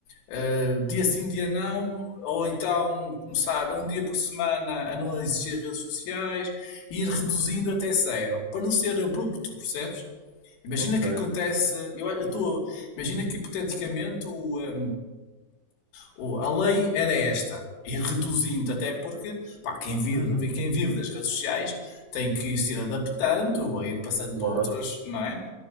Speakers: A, on the left; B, on the right.
A: eh, dia sim, dia não, ou então começar um dia por semana a não existir redes sociais e ir reduzindo até zero, para não ser abrupto, percebes? Imagina
B: Ok.
A: que acontece, eu estou, imagina que hipoteticamente o, eh, o- a lei era esta, ir reduzindo, até porque pá, quem, vive,
B: Uhum.
A: quem vive das redes sociais tem que se ir adaptando, a ir passando para
B: Claro.
A: outras, não é?